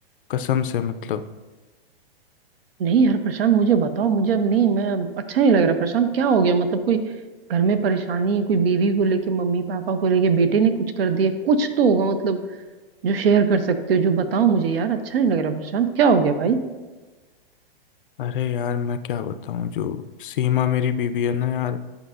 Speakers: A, on the left (about 60°); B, on the right (about 70°).
A: कसम से मतलब
B: नहीं यार प्रशांत मुझे बताओ मुझे अब नहीं मैं अब अच्छा नहीं लग रहा प्रशांत क्या हो गया मतलब कोई घर में परेशानी है कोई बीवी को लेके मम्मी पापा को लेके बेटे ने कुछ कर दिया कुछ तो होगा मतलब जो शेयर कर सकते हो जो बताओ मुझे यार अच्छा नहीं लग रहा प्रशांत क्या हो गया भाई
A: अरे यार मैं क्या बताऊँ जो सीमा मेरी बीवी है ना यार